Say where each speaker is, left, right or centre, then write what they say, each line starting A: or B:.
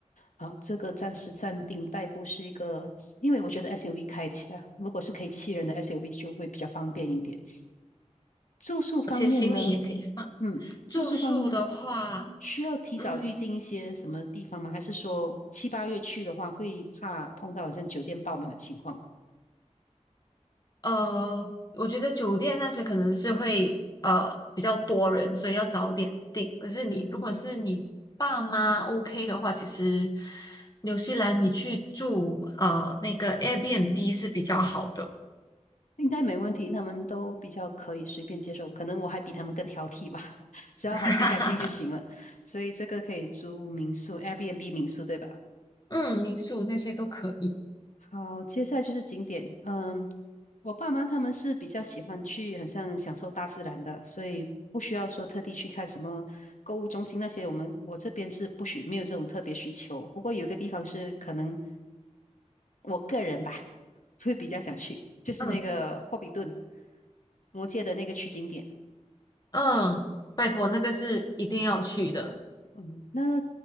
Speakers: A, on the left (about 80°); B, on the left (about 30°).
A: 好，这个暂时暂定代步是一个，因为我觉得 SUV 开起来，如果是可以七人的 SUV 就会比较方便一点。住宿方面呢？
B: 而且行李也可以放。
A: 嗯，
B: 住宿的话，
A: 住宿方面需要提早预定一些什么地方吗？
B: 嗯，
A: 还是说七八月去的话，会怕碰到好像酒店爆满的情况？
B: 呃，我觉得酒店那些可能是会呃比较多人，所以要早点订。可是你如果是你爸妈
A: 嗯哼，
B: OK 的话，其实纽西兰你去住呃那个 Airbnb 是比较好的，
A: 应该没问题，他们都比较可以随便接受，可能我还比他们更挑剔吧，<laughs> 只要环境干净就行了。
B: <laughs>
A: 所以这个可以租民宿，Airbnb 民宿，对吧？
B: 嗯，民宿那些都可以。
A: 好，接下来就是景点。嗯，我爸妈他们是比较喜欢去，很像享受大自然的，所以不需要说特地去看什么购物中心那些。我们我这边是不许，没有这种特别需求。不过有一个地方是可能我个人吧，会比较想去，就是那个霍比顿
B: 嗯
A: 魔界的那个取景点。
B: 嗯，拜托，那个是一定要去的。
A: 嗯，那